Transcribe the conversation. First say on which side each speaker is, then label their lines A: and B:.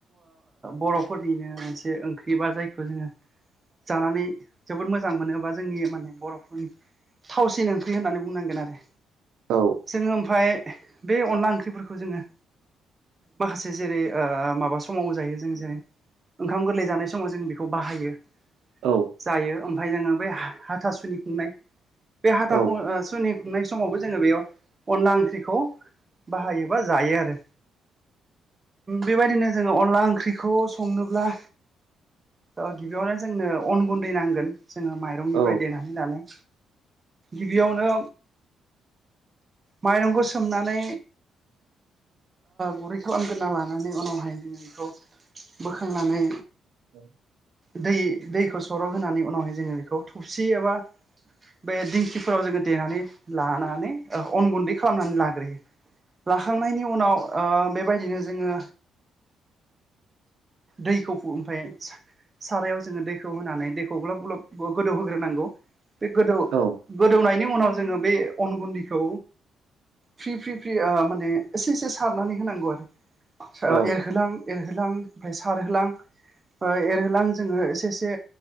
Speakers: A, on the right (about 25°); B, on the right (about 80°).
A: बर'फोरनिनो मोनसे ओंख्रि बा जायखौ जोङो जानानै जोबोद मोजां मोनो बा जोंनि माने बर'फोरनि थावसिन ओंख्रि होननानै बुंनांगोन आरो
B: औ
A: जोङो ओमफाय बे अनला ओंख्रिफोरखौ जोङो माखासे जेरै माबा समाव जायो जों जेरै ओंखाम गोरलै जानाय समाव जों बेखौ बाहायो।
B: औ।
A: जायो। ओमफाय जोङो बै हाथा सुनि खुंनाय। बे हाथाखौ
B: औ
A: ओ सुनि खुंनाय समावबो जोङो बेयाव अनला ओंख्रिखौ बाहायो बा जायो आरो। बेबादिनो जोङो अनला ओंख्रिखौ संनोब्ला अह गिबियावनो जोंनो अन गुन्दै नांगोन जोङो माइरंनिफ्राय
B: औ
A: देनानै नानै गिबियावनो माइरंखौ सोमनानै गुरै खालामग्रोना लानानै उनावहाय जोङो बेखौ बोखांनानै
B: औ
A: दै दैखौ सर' होनानै उनावहाय जोङो बेखौ थबसि एबा बे दिंखिफोराव जोङो देनानै लानानै अन गुन्दै खालामनानै लाग्रोयो। लाखांनायनि उनाव बेबायदिनो जोङो दैखौ ओमफाय सारायाव जोङो दैखौ होनानै दैखौ ग्लाब ग्लाब गोदौ होग्रोनांगौ। बे गोदौ
B: औ
A: गोदौनायनि उनाव जोङो बे अन गुन्दैखौ फ्रि फ्रि फ्रि माने एसे एसे सारनानै होनांगौ आरो
B: औ
A: एरहोलां एरहोलां ओमफाय सारहोलां एरहोलां जोङो एसे एसे